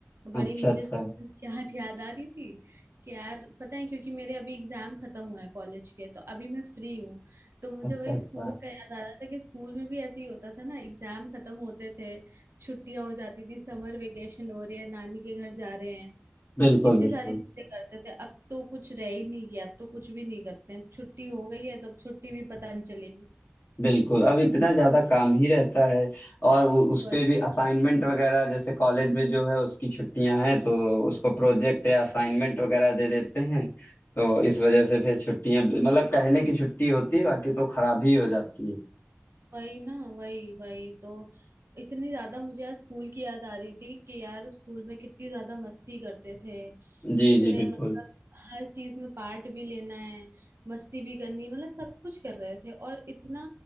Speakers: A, on the right; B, on the left.
A: बड़ी
B: अच्छा
A: मुझे
B: अच्छा
A: स्कूल की आज याद आ रही थी कि यार पता है क्योंकि मेरे अभी एग्जाम खत्म हुए हैं कॉलेज के तो अभी मैं फ्री हूँ तो मुझे
B: अच्छा
A: वही
B: अच्छा
A: स्कूल का याद आ रहा था कि स्कूल में भी ऐसे ही होता था ना एग्जाम खत्म होते थे छुट्टियां हो जाती थी समर वेकेशन हो रही है नानी के घर जा रहे हैं
B: बिल्कुल
A: कितनी
B: बिल्कुल
A: सारी चीजें करते थे अब तो कुछ रह ही नहीं गया अब तो कुछ भी नहीं करते हैं छुट्टी हो गई है तो अब छुट्टी भी पता नहीं चलेगी
B: बिल्कुल अब इतना ज्यादा काम ही रहता है और उ- उसपे
A: वही
B: भी असाइनमेंट वगैरह जैसे कॉलेज में जो है उसकी छुट्टियां हैं तो उसको प्रोजेक्ट या असाइनमेंट वगैरह दे देते हैं तो इस वजह से फिर छुट्टियां मतलब कहने की छुट्टी होती है बाकी तो खराब ही हो जाती है
A: वही ना वही वही तो इतनी ज्यादा मुझे यार स्कूल की याद आ रही थी कि यार स्कूल में कितनी ज्यादा मस्ती करते थे
B: जी
A: कितने
B: जी बिल्कुल
A: मतलब हर चीज में पार्ट भी लेना है मस्ती भी करनी है मतलब सब कुछ कर रहे थे और इतना